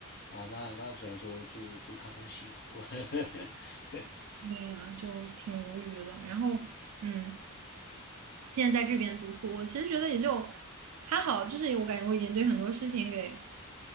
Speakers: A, on the left (about 45°); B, on the right (about 75°).
A: 啊，那那只能说祝祝他们幸福。<laughs>
B: 对呀，就挺无语的。然后，嗯，现在在这边读书，我其实觉得也就还好，就是我感觉我已经对很多事情给